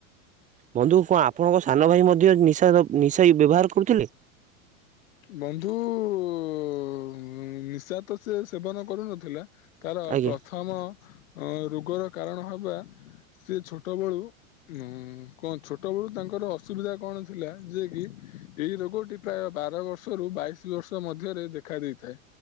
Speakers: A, on the right (about 15°); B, on the left (about 65°).
A: ବନ୍ଧୁ କଁ ଆପଣଙ୍କ ସାନ ଭାଇ ମଧ୍ୟ ନିଶା ଦ୍ର ନିଶାରେ ବ୍ୟବହାର କରୁଥିଲେ?
B: ବନ୍ଧୁ ଉ ଉଁ ନିଶା ତ ସେ ସେବନ କରୁନଥିଲା। ତାର
A: ଆଜ୍ଞା
B: ପ୍ରଥମ ରୋଗର କାରଣ ହବା ସେ ଛୋଟ ବେଳୁ ହୁଁ କଁ ଛୋଟ ବେଳୁ ତାଙ୍କର ଅସୁବିଧା କଣ ଥିଲା ଯେ କି ଏଇ ରୋଗଟି ପ୍ରାୟ ବାର ବ ବର୍ଷ ରୁ ବାଇଶି ବର୍ଷ ମଧ୍ୟରେ ଦେଖା ଦେଇଥାଏ।